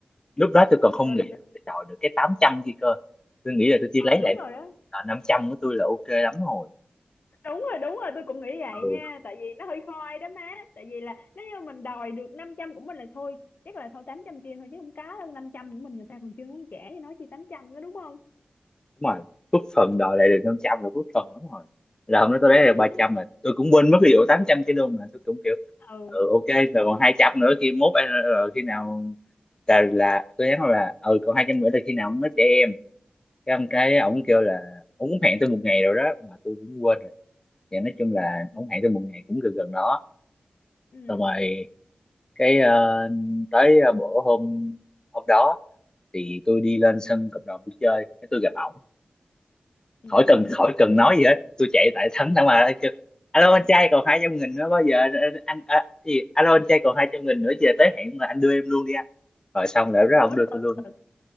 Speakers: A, on the left; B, on the left.
A: lúc đó tôi còn không
B: rồi
A: nghĩ
B: rồi-
A: tôi đòi được cái 800 kia cơ tôi nghĩ là tôi chỉ
B: ờ
A: lấy
B: đúng
A: lại
B: rồi
A: được
B: đó
A: à, 500 của tôi là ok lắm rồi
B: đúng rồi đúng rồi tôi cũng nghĩ vậy
A: ừ
B: nha tại vì nó hơi khoai đó má tại vì là nếu như mình đòi được 500 của mình là thôi chắc là thôi tám trăm chia thôi chứ không có đâu 500 của mình người ta còn chưa muốn trả cho nó chi 800 đó đúng không
A: đúng rồi cúp phần đòi lại được 500 là cúp phần lắm rồi là hôm đó tôi lấy
B: <laughs>
A: được ba trăm là tôi cũng quên mất cái vụ 800 kia luôn mà tôi cũng kiểu
B: ừ
A: ừ, ok rồi còn 200 nữa khi mốt anh ờ, khi nào là là tôi nhắn là ừ còn 200 nữa là khi nào nó trẻ em cái ông cái ông kêu là ông cũng hẹn tôi một ngày rồi đó mà tôi cũng quên thì nói chung là ông
B: ừ
A: hẹn tôi một ngày cũng gần gần đó
B: ừ
A: xong rồi cái ờ, tới ờ, bữa hôm hôm đó thì tôi đi lên
B: ừ
A: sân cộng đồng tôi chơi cái tôi gặp ổng
B: ừ.
A: khỏi cần khỏi cần nói gì hết tôi chạy tại thắng thẳng mà kêu, alo anh trai còn hai trăm nghìn nữa bao giờ Ờ, anh à, gì alo anh trai còn hai trăm nghìn nữa giờ tới hẹn mà anh đưa em luôn đi anh rồi xong rồi đó ông
B: Ủa,
A: đưa
B: từ từ
A: tôi luôn
B: từ